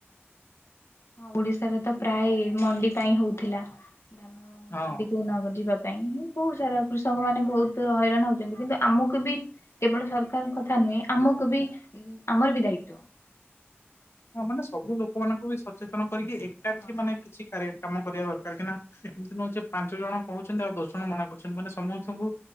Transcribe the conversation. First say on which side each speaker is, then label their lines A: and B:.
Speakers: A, on the left; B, on the left.
A: ହଁ ଓଡିଶାରେ ତ ପ୍ରାୟ ମଣ୍ଡି ପାଇଁ ହଉଥିଲା। ଧାନ
B: ହଁ।
A: ମଣ୍ଡିକୁ ନଗ ଯିବା ପାଇଁ ହିଁ ବହୁତ ସାରା କୃଷକ ମାନେ ବହୁତ ହଇରାଣ ହଉଛନ୍ତି କିନ୍ତୁ ଆମକୁ ବି କେବଳ ସରକାରଙ୍କ କଥା ନୁହେଁ ଆମକୁ ବି ଆମର ବି ଦାୟିତ୍ଵ।
B: ହଁ ମାନେ ସବୁ ଲୋକ ମାନଙ୍କୁ ବି ସଚେତନ କରିକି ଏକାଠି
A: ହଁ
B: ମାନେ କିଛି କ କାମ କରିବା ଦରକାର କି ନା ଏମିତି ନୁହେଯେ ପାଞ୍ଚ ଜଣ କହୁଛନ୍ତି ଆଉ ଦଶ ଜଣ ମନା କରୁଛନ୍ତି ମାନେ ସମସ୍ତଙ୍କୁ